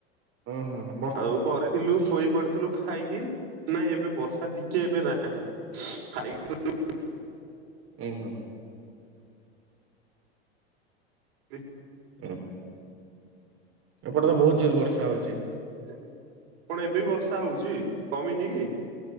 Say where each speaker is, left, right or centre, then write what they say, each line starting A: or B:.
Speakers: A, on the right (about 45°); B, on the right (about 70°).
A: ହଁ ହଁ
B: ଆଉ ଘରେ ଥିଲୁ ଶୋଇ ପଡିଥିଲୁ ଖାଇକି ନାଇଁ ଏବେ ବର୍ଷା ଟିକେ ଏବେ ନାହିଁ ଖାଇକି ଖ
A: ଓ ହୋଁ
B: <inaudible>
A: ହୁଁ ଏପଟେ ତ ବହୁତ ଜୋର ବର୍ଷା ହଉଛି।
B: କଣ ଏବେ ବର୍ଷା ହଉଛି କମିନି କି?